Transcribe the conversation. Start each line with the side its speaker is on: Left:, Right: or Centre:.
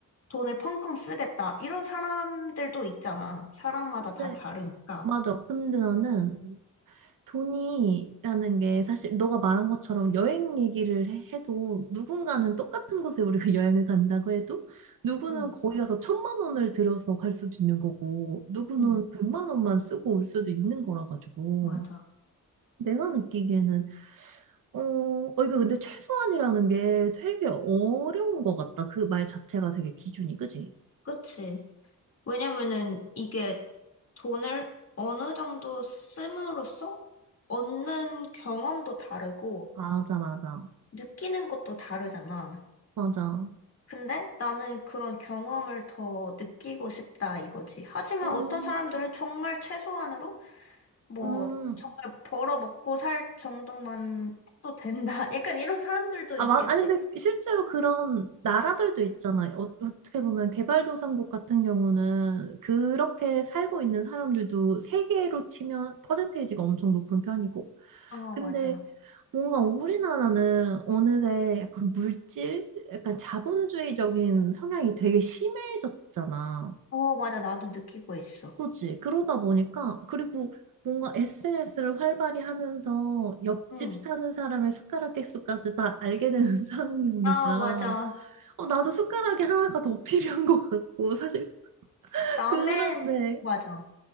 Left: 돈을 펑펑 쓰겠다. 이런 사람들도 있잖아. 사람마다 다
Right: 근데,
Left: 다르니까.
Right: 맞아. 근데 나는 돈이라는 게 사실 너가 말한 것처럼 여행 얘기를 해- 해도 누군가는 똑같은 곳에 우리가 <laughs> 여행을 간다고 해도 누구는
Left: 응,
Right: 거기 가서 천만 원을 들여서 갈 수도 있는 거고 누구는
Left: 응,
Right: 백만 원만 쓰고 올 수도 있는 거라 가지고
Left: 맞아.
Right: 내가 느끼기에는 어, 어, 이거 근데 최소한이라는 게 되게 어려운 것 같다. 그 말 자체가 되게 기준이, 그지?
Left: 그치. 왜냐면은 이게 돈을 어느 정도 씀으로써 얻는 경험도 다르고
Right: 맞아, 맞아.
Left: 느끼는 것도 다르잖아.
Right: 맞아.
Left: 근데 나는 그런 경험을 더 느끼고 싶다 이거지. 하지만
Right: 음,
Left: 어떤 사람들은 정말 최소한으로 뭐
Right: 음.
Left: 정말 벌어 먹고 살 정도만 해도 된다. <laughs> 약간 이런 사람들도
Right: 아,
Left: 있겠지?
Right: 맞, 아니, 근데 실제로 그런 나라들도 있잖아요. 어, 어떻게 보면 개발도상국 같은 경우는 그렇게 살고 있는 사람들도 세계로 치면 퍼센테이지가 엄청 높은 편이고.
Left: 어,
Right: 근데
Left: 맞아.
Right: 뭔가 우리나라는 어느새 약간 물질, 약간 자본주의적인 성향이 되게 심해졌잖아.
Left: 어, 맞아. 나도 느끼고 있어.
Right: 그치. 그러다 보니까, 그리고 뭔가 SNS를 활발히 하면서 옆집
Left: 응.
Right: 사는 사람의 숟가락 개수까지 다 알게 되는 <laughs> 상황이 오니까,
Left: 아, 맞아.
Right: 어, 나도 숟가락이 하나가 더 필요한 것 같고, 사실, <laughs>
Left: 남의,
Right: 그런데,
Left: 맞아.